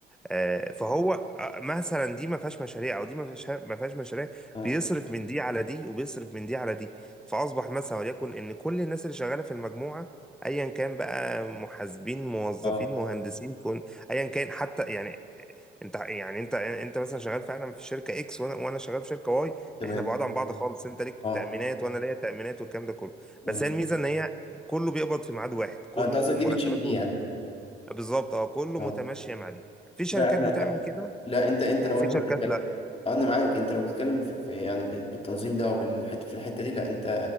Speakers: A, in the centre; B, on the left (about 30°).
A: آه، فهو آه، مثلا دي ما فيهاش مشاريع او دي ما فيهاش ما فيهاش مشاريع
B: اه
A: بيصرف من دي على دي وبيصرف من دي على دي فاصبح مثلا وليكن ان كل الناس اللي شغاله في المجموعه ايا كان بقى محاسبين موظفين
B: اه
A: مهندسين فن ايا كان حتى يعني آه، انت يعني انت انت مثلا شغال فعلا في شركه اكس وانا وانا شغال في شركه واي
B: تمام
A: احنا بعاد عن بعض خالص انت ليك
B: اه
A: تامينات وانا ليا تامينات والكلام ده كله
B: امم
A: بس هي الميزه ان هي كله بيقبض في ميعاد واحد كله
B: اه انت قصدك دي
A: مرتباته
B: بتشيل دي يعني
A: بالظبط اه كله
B: اه
A: متماشي مع دي في شركات
B: لا احنا
A: بتعمل كده
B: لا انت انت
A: وفي
B: لو انت
A: شركات
B: بتتكلم
A: لا
B: انا معاك انت لو بتتكلم في في- يعني بال- بالتنظيم ده او بالحته في الحته دي لا انت